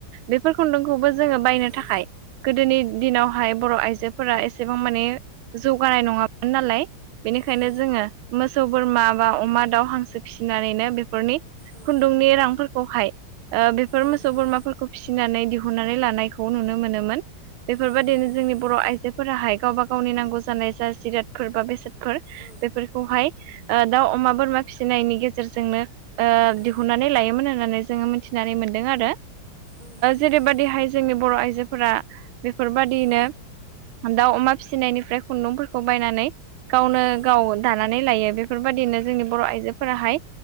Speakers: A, on the right (about 85°); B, on the right (about 20°).
A: बेफोर खुन्दुंखौबो जोंङो बायनो
B: औ
A: थाखाय गोदोनि दिनाव हाय बर' आइजोफोरा एसेबां माने जौगानाय नङामोन नालाय बेनिखायनो
B: औ
A: जोङो मोसौ बोरमा बा अमा दाउ हांसो फिसिनानैनो बेफोरनि
B: औ
A: खुन्दुंनि रांफोरखौहाय ओ बेफोर
B: औ
A: मोसौ
B: नंगौ
A: बोरमाफोरखौ फिसिनानै दिहुननानै लानायखौ नुनो मोनोमोन बेफोरबायदिनो
B: औ नंगौ थारैनो
A: जोंनि बर' आइजोफोराहाय गावबा गावनि नांगौ जानाय जा जिरादफोर बा बेसादफोर
B: औ
A: बेफोर खौहाय ओ दाउ अमा बोरमा फिसिनायनि गेजेरजोंनो ओ
B: औ
A: दिहुननानै लायोमोन होननानै जोङो मिथिनानै मोनदों आरो
B: औ नंगौ
A: जेरैबायदिहाय
B: नोंथां
A: जोंनि बर' आइजोफोरा बेफोरबायदियैनो
B: औ
A: दाउ अमा फिसिनायनिफ्राय खुन्दुंफोरखौ बायनानै गावनो
B: औ
A: गाव दानानै लायो बेफोरबादिनो जोंनि बर' आइजोफोराहाय